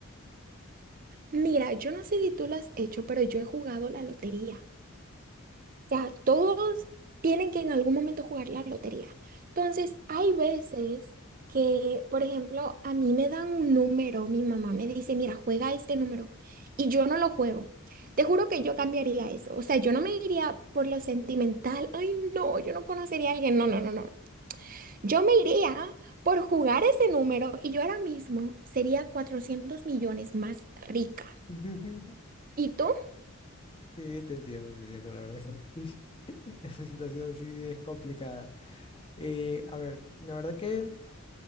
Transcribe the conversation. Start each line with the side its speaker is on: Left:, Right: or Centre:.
Right: Mira, yo no sé si tú lo has hecho, pero yo he jugado la lotería. sea, todos tienen que en algún momento jugar la lotería. Entonces, hay veces que, por ejemplo, a mí me dan un número, mi mamá me dice, mira, juega este número, y yo no lo juego. Te juro que yo cambiaría eso. O sea, yo no me iría por lo sentimental. Ay, no, yo no conocería a alguien. No, no, no, no. Yo me iría por jugar ese número y yo ahora mismo sería 400 millones más rica.
Left: <laughs>
Right: ¿Y tú?
Left: Sí, te entiendo, te entiendo, la verdad que sí. <laughs> Esa situación sí es complicada. Eh, a ver, la verdad que